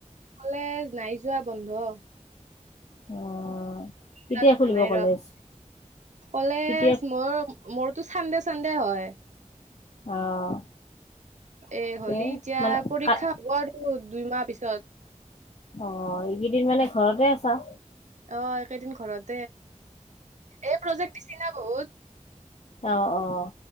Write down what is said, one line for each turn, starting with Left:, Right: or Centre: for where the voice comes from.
Right: কলেজ নাই যোৱা বন্ধ।
Left: অ' কেতিয়া
Right: ক্ল্যাচ হোৱা
Left: খুলিব
Right: নাই
Left: কলেজ
Right: ৰ কলেজ
Left: কেতিয়া
Right: মোৰ মোৰটো চানডে চানডে হয়।
Left: অ'।
Right: এ হ'লি
Left: তে
Right: এতিয়া
Left: মানে
Right: পৰীক্ষা
Left: কাত
Right: হ'ব আৰু দুইমাহ পিছত?
Left: অ' এইকেইদিন মানে ঘৰতে আছা।
Right: অ' একেইদিন ঘৰতে। এই প্ৰজেক্ট দিছি না বহুত
Left: অ' অ'